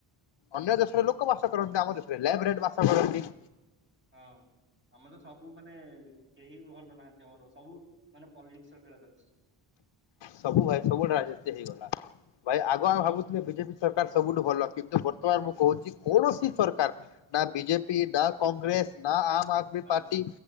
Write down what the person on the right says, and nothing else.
ହଁ ଆମେ ତ ସବୁ ମାନେ କେହି ଭଲ ନାହାନ୍ତି ଆମର ସବୁ ମାନେ ପଲିିକସଟା ଅଲିଛି
ହୁଁ
ନା